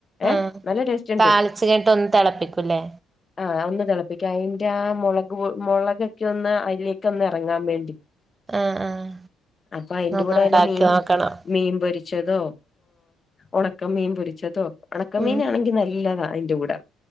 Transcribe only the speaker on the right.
ആഹ്
താളിച്ച് കഴിഞ്ഞിട്ട് ഒന്ന് തിളപ്പിക്കൂല്ലേ
ആഹ് ആഹ്
ഒന്ന്
ഉണ്ടാക്കി
നോക്കണം
ഉം